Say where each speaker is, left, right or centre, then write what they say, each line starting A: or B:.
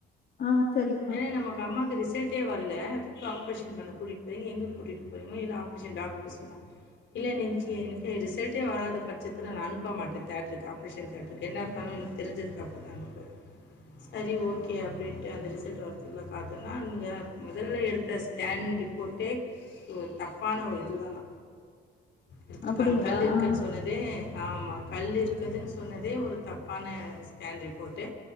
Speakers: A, on the left; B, on the left.
A: ஆ சரிங்கம்மா.
B: ஏனா நம்ம பம்மா சரிஸ் ரிசல்ட்டே வர்ல அதுக்கு ஆப்ரேஷன் பண்ண கூட்டிட்டு போகிறீங்க எங்கே கூட்டிட்டு போகறீங்கள இல்லை ஆப்ரேஷன் டாக்டர் சொன்னான் இல்லை நன்னைக்கு எனக்கு ரிசல்ட்டே வராத பட்சத்தில் நா அனுப்ப மாட்டேன் தேட்டருக்கு ஆப்ரேஷன் தேட்டருக்கு என்ன இருந்தாலும் எனக்கு தெரி்சதுக்க தான் அனுப்புவே சரி ஓகே அப்டின்ட்டு அந்த ரிசல்ட் த்திகுல்ல பாத்தர்ள அங்க முதல்ல எடுத்த ஸ்கேன் ரிப்போட்டே ம் தப்பான ஒரு துதானா எடுத்திருக்காங்
A: அப்படிங்களா?
B: கல் இருக்குன்னு
A: ஆ.
B: சொன்னதே ஆமா கல்லுயிருக்குதுனு சொன்னதே ஒரு தப்பான ஸ்கேன் ரிப்போட்டு